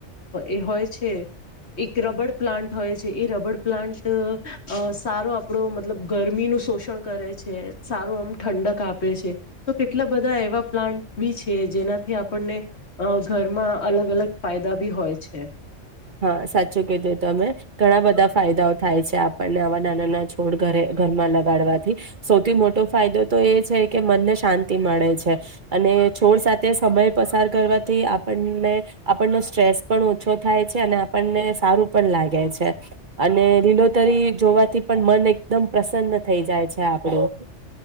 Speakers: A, on the left; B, on the right.
A: એ હોય છે એક રબડ પ્લાન્ટ હોય છે એ રબડ પ્લાન્ટ સારો આપણો મતલબ ગરમીનો શોષણ કરે છે સારું આમ ઠંડક આપે છે તો કે એટલા બધા એવા પ્લાન્ટ બી છે જેનાથી આપણને ઘરમાં અલગ અલગ ફાયદા બી હોય છે
B: હા સાચું કીધું તો અમે ઘણા બધા ફાયદા થાય છે આપણને આવા નાનાના છોડ ઘ ઘરમાં લગાડવાથી સૌથી મોટો ફાયદો તો એ છે કે મનને શાંતિ મળે છે અને છોડ સાથે સમય પસાર કરવાથી આપ આપણનો સ્ટ્રેસ પણ ઓછો થાય આપણને સારું પણ લાગે છે અને લીલોતરી જોવાથી પણ મન એકદમ પ્રસન્ન થઈ જાય છે આપણું